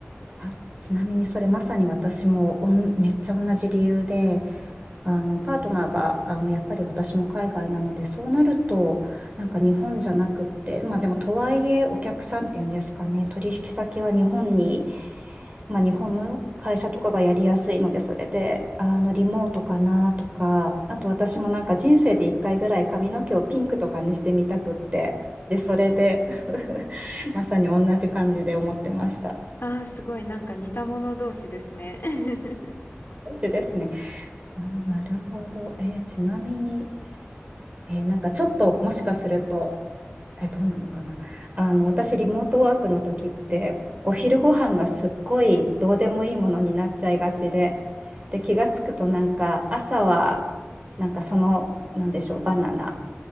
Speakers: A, on the right; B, on the left.
A: あちなみにそれまさに私もおんめっちゃ同じ理由であのパートナーがあのやっぱり私も海外なのでそうなるとなんか日本じゃなくってまあでもとはいえお客さんっていうんですかね取引先は日本に、まあ、日本の会社とかがやりやすいのでそれであのリモートかなとかあと私もなんか人生で1回ぐらい髪の毛をピンクとかにしてみたくってでそれで <laughs> まさに同じ感じで思ってました。
B: ああ、すごい、なんか似た者同士ですね。<laughs>
A: 同じですね。あ、なるほど。えーちなみに、えーなんかちょっともしかすると、えーどうなのかな。あの、私、リモートワークの時って、お昼ご飯がすっごいどうでもいいものになっちゃいがちで、で、気がつくとなんか朝は、なんかその、なんでしょう、バナナ。